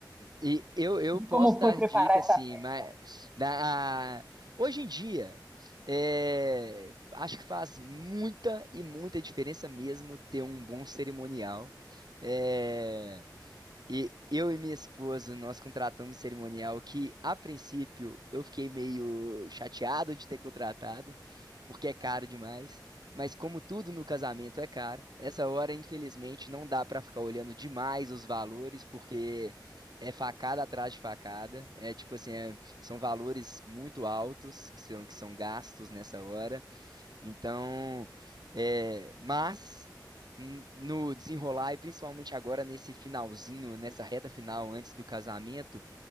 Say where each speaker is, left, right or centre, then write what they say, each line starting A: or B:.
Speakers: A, on the right; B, on the right.
A: E eu, eu
B: de
A: posso
B: como
A: dar
B: foi preparar
A: dica, assim,
B: essa festa.
A: mas na, hoje em dia, é, acho que faz muita e muita diferença mesmo ter um bom cerimonial. É, e eu e minha esposa, nós contratamos um cerimonial que, a princípio, eu fiquei meio chateado de ter contratado, porque é caro demais. Mas como tudo no casamento é caro, essa hora, infelizmente, não dá pra ficar olhando demais os valores, porque é facada atrás de facada. É tipo assim, é- são valores muito altos que são, que são gastos nessa hora. Então, é, mas n- no desenrolar, e principalmente agora nesse finalzinho, nessa reta final antes do casamento,